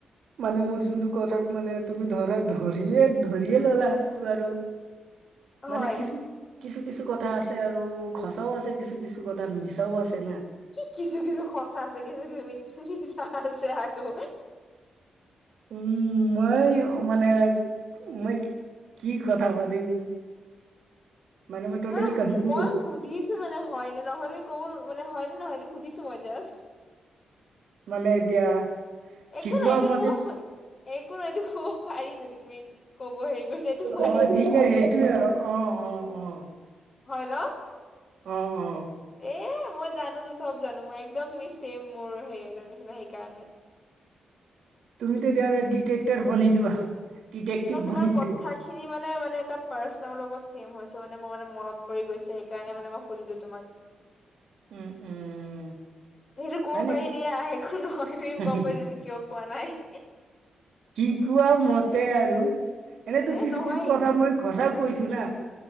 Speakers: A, on the right (about 75°); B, on the left (about 40°).
A: মানে মোৰ যোনটো কথাত মানে তুমি ধৰা ধৰিয়ে ধৰিয়ে ললা টো আৰু।
B: হয়
A: মানে কিছু কিছু কিছু কথা আছে আৰু সচাও আছে কিছু কিছু কথাত মিছাও আছে না।
B: কি কিছু কিছু সঁচা আছে কিছু কিছু মি মিচা আছে আকৌ।
A: উম মই মানে মই। কি কথা পাতিম।
B: <inaudible>
A: মানে মই টটেলি
B: নহ নহ
A: কনফিউজ
B: মই সুধিছো মানে হয়নে নহয় কব মানে হয় নে নহয় এইটো। সুধিছোঁ মই জাষ্ট।
A: নে এতিয়া
B: একো
A: শিকোৱা
B: নাই এটো
A: মতে
B: ক হ। একো নহয় এইটো ক'ব পাৰি যদি তুমি কব হেৰি কৰিছা এইটো পাৰি
A: অ ঠিকে
B: কব।
A: সেইটোৱে আৰু অ অ অ।
B: হয় ন?
A: অ অ।
B: এ মই জানোতো চব জানো মই এক একদম তুমি ছেম মোৰ সে এটা নিচিনা সেইকাৰণে।
A: তুমি তেতিয়াহলে ডিটেক্টৰ বনি যোৱা। ডিটেক্টিভ
B: ন তোমাৰ
A: বনি
B: কথা
A: যোৱা
B: খিনি মানে মানে এটা পাৰ্চনৰ লগত চেম হৈছে মানে মোৰ মানে মনত পৰি গৈছে, সেইকাৰণে মানে মই সুধিলো তোমাক।
A: উম উম।
B: সেইটো ক'ব
A: হয়
B: পাৰি দিয়া একো
A: নেকি
B: নহয় তুমি গম পাইছা তুমি কিয় কোৱা নাই।
A: কি কোৱা মতে আৰু এনেতো
B: এ
A: কিছু
B: নহয়
A: কিছু কথা মই সচা কৈছো না